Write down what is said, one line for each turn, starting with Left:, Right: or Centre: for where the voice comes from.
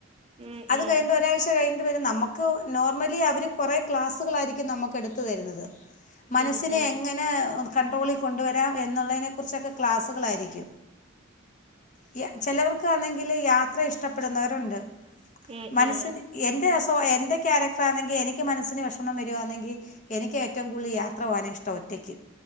Right: ഉം
Left: അത്
Right: ഉം
Left: കഴിഞ്ഞ് ഒരാഴ്ച കഴിഞ്ഞിട്ട് വരും നമുക്ക് നോർമലി അവര് കൊറെ ക്ലാസുകൾ ആയിരിക്കും നമുക്ക് എടുത്തു തരുന്നത് മനസ്സിനെ
Right: ഉം ഉം
Left: എങ്ങനെ കൺട്രോളിൽ കൊണ്ടുവരാം എന്നുള്ളതിനെ കുറിച്ചൊക്കെ ക്ലാസ്സുകളായിരിക്കും <inaudible> ചിലവർക്ക് ആണെങ്കിൽ യാത്ര ഇഷ്ടപ്പെടുന്നവരുണ്ട്
Right: ഉം
Left: മനസ്
Right: ഉം
Left: എന്റെ എന്റെ ക്യാരക്ടർ ആണെങ്കിൽ എനിക്ക് മനസ് ത്തിന് വിഷമം വരുകയാണെങ്കിൽ എനിക്ക് ഏറ്റവും കൂടുതൽ യാത്ര പോകാൻ ഇഷ്ടം ഒറ്റയ്ക്ക്